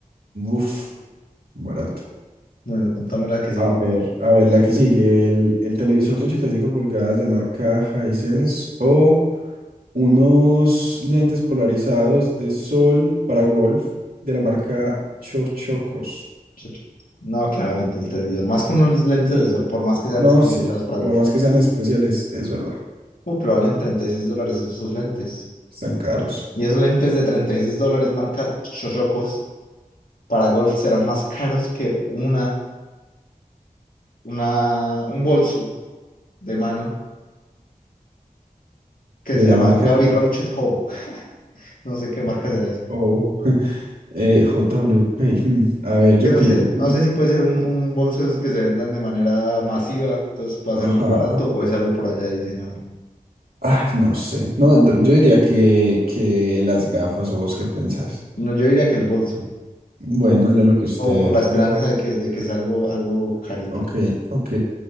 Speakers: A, on the right; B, on the left.
A: Uf, barato.
B: Bueno, contame la que sigue,
A: A ver, a ver, la que sigue. El, el televisor de 85 pulgadas de marca Hisense o unos lentes polarizados de sol para golf de la marca Chochocos.
B: muchacho. No, claramente el televisor. Más con unos lentes
A: Sí.
B: de sol, por más que sean
A: No,
B: especializados
A: sí.
B: para
A: Por
B: golf.
A: más que sean especiales, es verdad.
B: Uh, pero valen 36 dólares esos lentes.
A: Están caros.
B: Y esos lentes de 36 dólares marca Shoshokos para golf serán más caros que una, una, un bolso de mano que
A: de
B: se llama
A: la marca
B: Gaby
A: que...
B: Rauchet Hobo. <laughs> No sé qué marca
A: Oh.
B: será eso.
A: <laughs> oh, eh, JWP. hmm, A ver, yo
B: Que no
A: pienso.
B: sé, no
A: hmm,
B: sé si puede ser un, un bolso de esos que se vendan de manera masiva, entonces puede ser
A: Ajá.
B: muy barato o es algo por allá de diseñador.
A: Ay, no sé. No, d- yo diría que, que las gafas o vos qué pensás.
B: No, yo diría que el bolso,
A: Bueno, era lo que usted...
B: como por la esperanza
A: le diga.
B: de que, de que sea algo, algo carillo.
A: Ok, ok.